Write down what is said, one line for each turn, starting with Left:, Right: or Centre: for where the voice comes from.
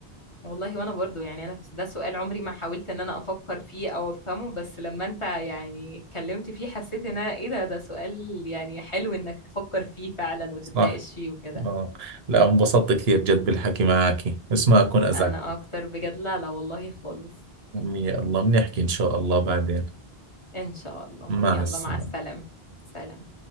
Left: والله وانا برضو يعني انا ده سؤال عمري ما حاولت ان انا افكر فيه او افهمه بس لما انت يعني اتكلمت فيه حسيت ان انا ايه ده ده سؤال يعني حلو انك تفكر فيه فعلا وتتناقش
Right: صح
Left: فيه وكده
Right: آه. لا انبسطت كثير جد بالحكي معك بس ما أكون أزعجك
Left: انا اكتر بجد لا لا والله خالص
Right: يا الله بنحكي إن شاء الله بعدين
Left: ان شاء الله
Right: مع
Left: يلا
Right: السلامة
Left: مع السلامة سلام